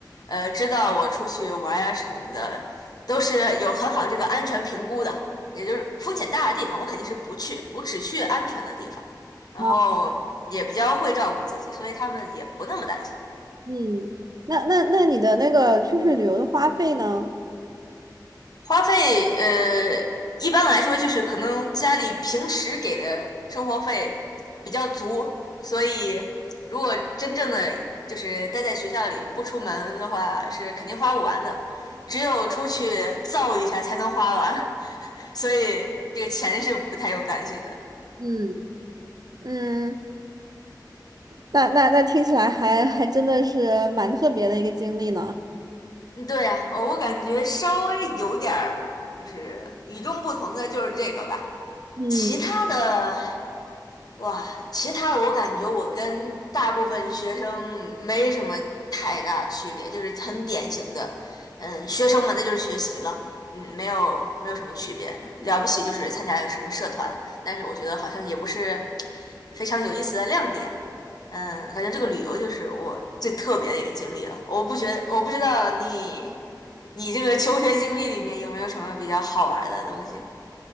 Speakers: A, on the left (about 60°); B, on the right (about 60°).
A: 呃，知道我出去玩呀什么的，都是有很好的这个安全评估的，也就是风险大的地方我肯定是不去，我只去安全的地方，然后也比较会照顾自己，
B: 好
A: 所以他们也不那么担心。
B: 嗯，那那那你的那个出去旅游的花费呢？
A: 花费，呃，一般来说就是可能家里平时给的生活费比较足，所以如果真正的就是待在学校里不出门的话，是肯定花不完的，只有出去造一下才能花完，<laughs> 所以这个钱是不太用担心的。
B: 嗯嗯。那那那听起来还还真的是蛮特别的一个经历呢。
A: 嗯对呀，我我感觉稍微有点儿就是与众不同的就是这个吧，
B: 嗯，
A: 其他的哇，其他的我感觉我跟大部分学生没什么太大区别，就是很典型的，嗯，学生们那就是学习了，嗯，没有没有什么区别，了不起就是参加一个什么社团，但是我觉得好像也不是非常有意思的亮点，嗯，感觉这个旅游就是我最特别的一个经历了，我不觉得我不知道你你这个求学经历里面有没有什么比较好玩的东西。